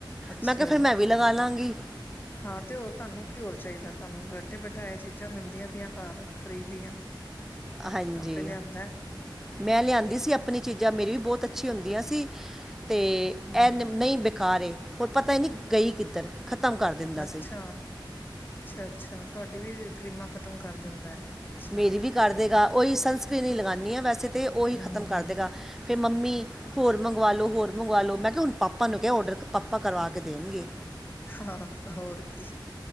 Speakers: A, on the left; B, in the centre.
A: ਅੱਛਾ
B: ਮੈਂ ਕਿਹਾ ਫਿਰ ਮੈਂ ਵੀ ਲਗਾ ਲਵਾਂਗੀ
A: ਹਾਂ ਤੇ ਹੋਰ ਤੁਹਾਨੂੰ ਕੀ ਹੋਰ ਚਾਹੀਦਾ। ਤੁਹਾਨੂੰ ਬੈਠੇ ਬਿਠਾਏ ਚੀਜ਼ਾਂ ਮਿਲਦੀਆਂ ਪਈਆਂ ਘਰ ਫ੍ਰਰੀ ਦੀਆਂ
B: ਹਾਂਜੀ
A: ਆਪੇ ਲਿਆਂਦਾ
B: ਮੈਂ ਲਿਆਂਦੀ ਸੀ। ਆਪਣੀ ਚੀਜ਼ਾਂ ਮੇਰੀ ਵੀ ਬਹੁਤ ਅੱਛੀ ਹੁੰਦੀਆਂ ਸੀ ਤੇ
A: ਹੂੰ
B: ਇਹ ਨਹੀਂ ਬੇਕਾਰ ਹੋਰ ਪਤਾ ਹੀ ਨਹੀਂ ਗਈ ਕਿੱਧਰ। ਖਤਮ ਕਰ ਦਿੰਦਾ
A: ਅੱਛਾ
B: ਸੀ
A: ਅੱਛਾ ਅੱਛਾ ਤੁਹਾਡੀ ਵੀ ਕਰੀਮਾ ਖਤਮ ਕਰ ਦਿੰਦਾ। ਅੱਛਾ।
B: ਮੇਰੀ ਵੀ ਕਰਦੇਗਾ। ਉਹੀ ਸਨਸਕਰੀਨ ਹੀ ਲਗਾਉਂਦੀ ਹਾਂ ਵੈਸੇ ਤਾਂ ਉਹੀ
A: ਹੂੰ
B: ਖ਼ਤਮ ਕਰ ਦੇਗਾ ਫਿਰ ਮੰਮੀ। ਹੋਰ ਮੰਗਵਾ ਲੋ ਹੋਰ ਮੰਗਵਾ ਲੋ ਮੈਂ ਕਿਹਾ ਹੁਣ ਪਾਪਾ ਨੂੰ ਕਿਹਾ ਔਡਰ ਪਾਪਾ ਕਰਵਾ ਕੇ ਦੇਣਗੇ।
A: ਹਾਂ ਹੋਰ ਕੀ